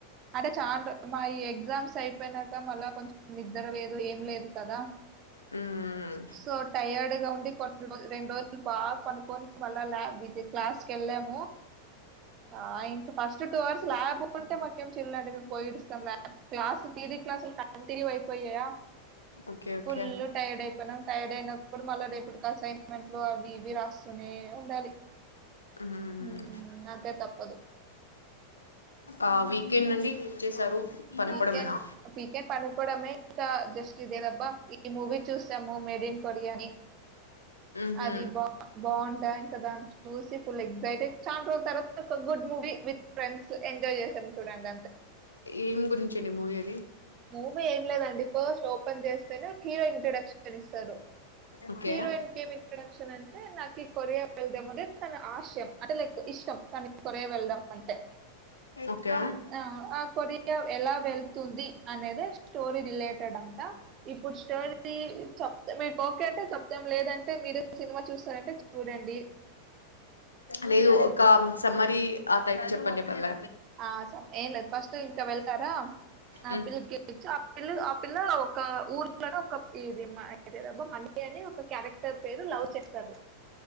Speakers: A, on the right; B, on the left.
A: అంటే చానా రో మా ఈ ఎగ్జామ్స్ అయిపోయినక మల్ల కొంచెం నిద్ర లేదు ఏం లేదు కదా
B: మ్మ్
A: సో టయర్డ్గా ఉండి కొన్ని రోజు రెండు రోజులు బాగా పండుకొని మళ్ల ల్యాబ్ ఇది క్లాస్ కి వెళ్ళాము ఆ ఇంకా ఫస్ట్ టూ అవర్స్ ల్యాబ్ ఉంటే మాకేం చిల్ల్ అండి మేము పోయిడిస్తాం ల్యాబ్ క్లాసు తీ రీ క్లాసులు కంటిన్యూ అయిపోయాయ
B: ఓకే ఓకే
A: ఫుల్ టైర్డ్ అయిపోయినాం టైర్డ్ అయినప్ప డు మళ్లా రేపటికి అసైన్మెంట్ లో అవి ఇవి రాస్తూనే ఉండాలి
B: మ్మ్
A: మ్ అంతే తప్పదు
B: ఆ వీకెండ్
A: మ్
B: అండి
A: హూ
B: ఏం చేశారు పనుకోవడమేనా
A: వీకెండ్ వీకెండ్ పండుకోవడమే ఇంకా జస్ట్ ఇదేదబ్బా ఈ మూవీ చూసాము మేడ్ ఇన్ కొరియాని
B: మ్హూ
A: అది బా బావుండే కదా అని చూసి ఫుల్ ఎగ్సైటై చాలా రోజుల తర్వాత ఒక good movie with friends enjoy చే సాము చూడండి
B: ఏం గురించి అండి మూవీ అది
A: మూవీ ఏం లేదండి ఫస్ట్ ఓపెన్ చేస్తేనే హీరో ఇంట్రడక్షన్ ఇస్తారు
B: ఓకే
A: హీరోయిన్ ఇంకేం ఇంట్రడక్షన్ అంటే నాకు ఈ కొరియా వెళ్దాం అనేది తన ఆశయం అంటే లైక్ ఇష్టం తనకీ కొరియా వెళ్ళడం అంటే
B: ఓకే
A: ఆ ఆ కొరియా ఎలా వెళ్తుంది అనేది స్టోరీ రిలేటెడ్ అంతా ఇప్పుడు స్టోరీ చెప్తే మీకు ఓకే అంటే చె ప్తం లేదంటే మీరు సినిమా చూస్తారంటే చూడండి
B: లేదు ఒక సమ్మరి ఆ టైప్ చెప్పండి పర్ల
A: ఆ ఏం లేదు ఫస్ట్ ఇంటర్వెల్ కదా ఆపిల్కి
B: ఉమ్,
A: ఆ పిల్ ఆ పిల్ల ఒక ఊర్లోనే ఒక ఇది అబ్బ మ అని ఒక క్యారెక్టర్ పేరు లవ్ చేస్తాడు